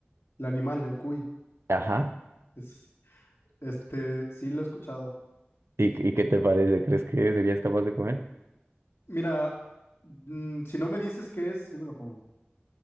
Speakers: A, on the left (about 80°); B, on the right (about 80°).
A: el animal, el cuy,
B: Ajá.
A: es, este, sí lo he escuchado.
B: ¿Y, y qué te parece? ¿Crees que serías capaz de comer?
A: Mira, mm, si no me dices qué es, sí me lo como.